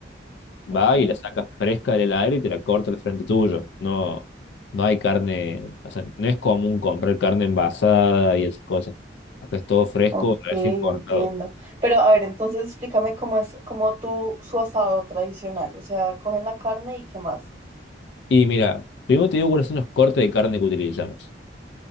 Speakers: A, on the right (about 30°); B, on the left (about 70°).
A: Ok,
B: va y la sacas fresca del aire y te la corta al frente tuyo. No, no hay carne, o sea, no es común comprar carne envasada y esas cosas. Acá es todo fresco,
A: ok,
B: recién
A: entiendo.
B: cortado.
A: Pero a ver, entonces explícame cómo es, cómo tú, su asado tradicional. O sea, cogen la carne y qué más.
B: Y mira, primero te digo cuáles son los cortes de carne que utilizamos.